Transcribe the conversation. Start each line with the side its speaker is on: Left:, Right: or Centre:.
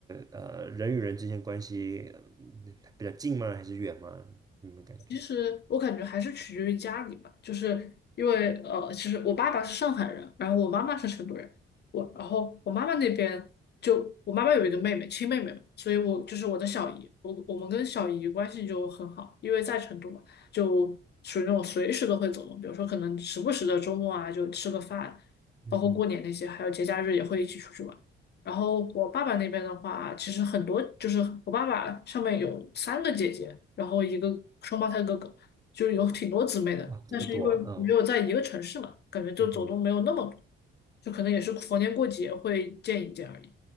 Right: 呃人与人之间关系嗯比较近吗？还是远吗？你们感觉？
Left: 其实我感觉还是取决于家里吧，就是因为呃，其实我爸爸是上海人，然后我妈妈是成都人，我然后我妈妈那边就我妈妈有一个妹妹，亲妹妹嘛，所以我就是我的小姨，我我们跟小姨关系就很好，因为在成都嘛，就属于那种随时都会走动，比如说可能时不时的周末啊就吃个饭，
Right: 嗯哼，
Left: 包括过年那些，还有节假日也会一起出去玩。然后我爸爸那边的话，其实很多就是我爸爸上面有三个姐姐，然后一个双胞胎哥哥，就有挺多姊妹的。
Right: 哇，这么多啊，
Left: 但是因为没有在一个城市嘛，
Right: 嗯
Left: 感觉就走动没有那么多，
Right: 嗯哼，
Left: 就可能也是逢年过节会见一见而已。